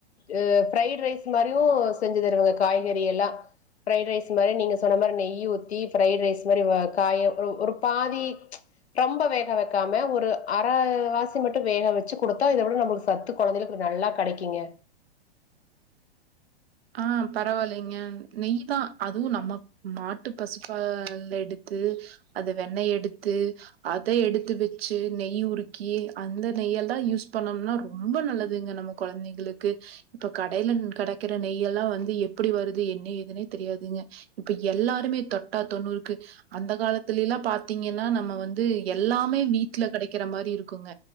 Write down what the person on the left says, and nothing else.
இ ஃப்ரைடு ரைஸ் மாரியு செஞ்சு தருவங்க காய்கறி எல்லா ஃப்ரைடு ரைஸ் மாரி நீங்க சொன்ன மாரி நெய் ஊத்தி ஃப்ரைடு ரைஸ் மாரி வ காய ஒரு ஒரு பாதி ரொம்ப வேக வைக்காம ஒரு அரைவாசி மட்டு வேக வச்சு குடுத்தா இத விட நம்மளுக்கு சத் து கொழந்தைகளுக்கு நல்லா கெடைக்குங்க